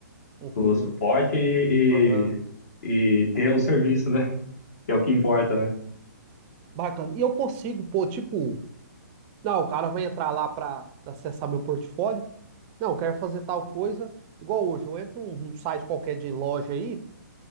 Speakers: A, on the right (about 25°); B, on the left (about 55°).
A: Uhum.
B: com o suporte e,
A: Aham.
B: e, e ter o serviço, né? <laughs> Que é o que importa, né?
A: Bacana. E eu consigo, pô, tipo, não, o cara vai entrar lá pra acessar meu portfólio. Não, eu quero fazer tal coisa. Igual hoje, eu entro num, num site qualquer de loja aí,